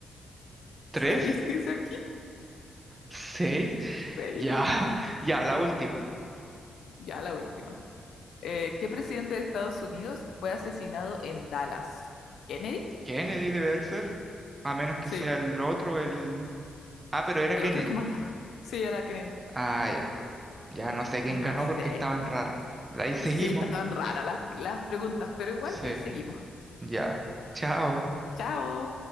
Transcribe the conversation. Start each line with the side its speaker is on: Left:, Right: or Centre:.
Left: <laughs>
Right: tres,
Left: Seis, dice aquí.
Right: seis. <laughs>
Left: Seis.
Right: Ya, ya, la última.
Left: Ya la última. Eh, ¿qué presidente de Estados Unidos fue asesinado en Dallas? ¿Kennedy?
Right: Kennedy debe de ser. A menos que
Left: Sí,
Right: sea el otro, el... Ah, pero era
Left: el
Right: Kennedy.
Left: otro que mataron. Sí, era Kennedy.
Right: Ah, ya. Ya no sé quién ganó
Left: No sé.
Right: porque estaban raras. Ahí seguimos.
Left: Sí, estaban raras las, las preguntas, pero igual
Right: Sí,
Left: ahí seguimos.
Right: ya. Chao.
Left: Chao.